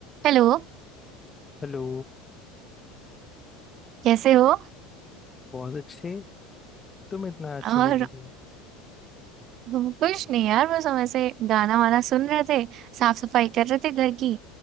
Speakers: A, on the right; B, on the left.
A: Hello
B: Hello
A: कैसे हो
B: बहुत अच्छे तुम इतना अच्छे
A: और
B: मूड में क्यों हो?
A: हम कुछ नहीं यार बस हम ऐसे गाना वाना सुन रहे थे साफ सफाई कर रहे थे घर की